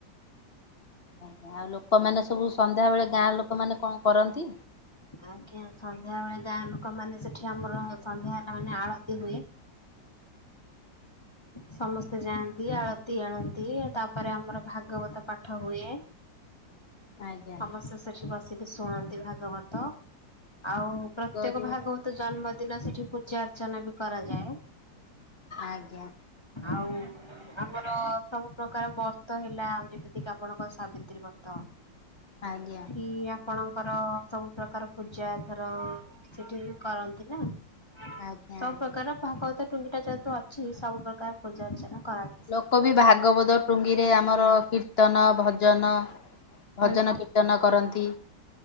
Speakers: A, on the left (about 40°); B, on the left (about 15°).
A: ଅହ ଆଉ ଲୋକମାନେ ସବୁ ସନ୍ଧ୍ୟାବେେଳେ ଗାଁ ଲୋକମାନେ କଣ କରନ୍ତି?
B: ଆଜ୍ଞା ସନ୍ଧ୍ୟାବେଳେ ଗାଁ ଲୋକ ମାନେ, ସେଠି ଆମର ସନ୍ଧ୍ୟା ହେଲା ମାନେ ଆଳତି ହୁଏ। ସମସ୍ତେ ଯାଆନ୍ତି, ଆଳତି ଆଣନ୍ତି, ତାପରେ ଆମର ଭାଗବତ ପାଠ ହୁଏ।
A: ଆଜ୍ଞା
B: ସମସ୍ତେ ସେଠି ବସିକି ଶୁଣନ୍ତି ଭାଗବତ, ଆଉ ପ୍ରତ୍ୟେକ
A: କରୁ
B: ଭାଗବ ତ ଜନ୍ମଦିନ ସେଠି ପୂଜା ଅର୍ଚ୍ଚନା ବି କରାଯାଏ।
A: ଆଜ୍ଞା।
B: ଆଉ ଆମର ସବୁ ପ୍ରକାର ବ୍ରତ ହେଲା, ଯେମିତିକି ଆପଣଙ୍କ ସାବିତ୍ରୀ ବ୍ରତ
A: ଆଜ୍ଞା।
B: କି ଆପଣଙ୍କର ସବୁ ପ୍ରକାର ପୂଜା ଧର ସେଠି ବି କରନ୍ତି ନା। ସବୁ
A: ଆଜ୍ଞା ଆଜ୍ଞା
B: ପ୍ରକାର ଭାଗବତ ଟୁଙ୍ଗିଟା ଯେହେତୁ ଅଛି ସବୁ ପ୍ରକାର ପୂଜା ଅର୍ଚ୍ଚନା କରାଜା
A: ଲୋକ ବି ଭାଗବତ ଟୁଙ୍ଗିରେ, ଆମର କୀର୍ତ୍ତନ ଭଜନ, ଭଜନ
B: ଆଜ୍ଞା
A: କୀ କୀର୍ତ୍ତନ କରନ୍ତି